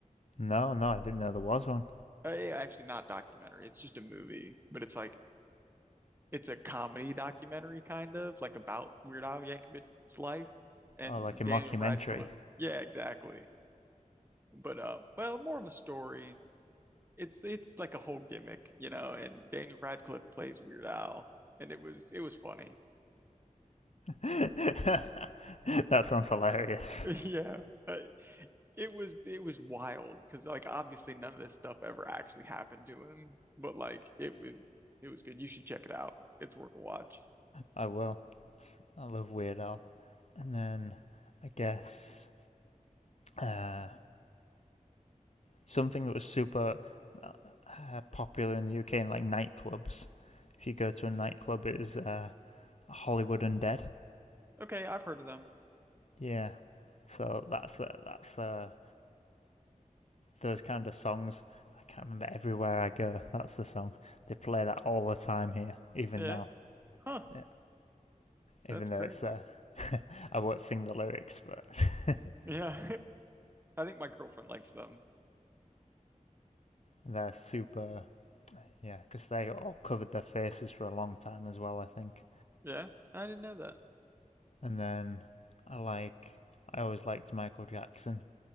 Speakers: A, on the left; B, on the right.
A: No, no, I didn't know there was one.
B: Uh, yeah, actually, not documentary. It's just a movie, but it's like it's a comedy documentary kind of like about Weird Al Yankovic's life and
A: Oh, like a
B: Daniel
A: mockumentary.
B: Radcliffe. Yeah, exactly. But uh, well, more of a story. It's it's like a whole gimmick, you know. And Daniel Radcliffe plays Weird Al, and it was it was funny.
A: <laughs> that sounds hilarious.
B: <laughs> Yeah, Uh, it was it was wild because like obviously none of this stuff ever actually happened to him, but like it was it was good. You should check it out. It's worth a watch.
A: I will. I love Weird Al. And then I guess uh, something that was super uh, uh, popular in the UK in like nightclubs. If you go to a nightclub, it is uh, Hollywood Undead.
B: Okay, I've heard of them.
A: Yeah. So that's the that's the those kind of songs. I can't remember everywhere I go. That's the song they play that all the time here, even
B: Yeah,
A: now.
B: huh?
A: Yeah.
B: That's
A: Even
B: crazy.
A: though it's uh, <laughs> I won't sing the lyrics, but. <laughs>
B: Yeah. <laughs> I think my girlfriend likes them.
A: They're super, yeah, because they all covered their faces for a long time as well, I think.
B: Yeah, I didn't know that.
A: And then I like, I always liked Michael Jackson.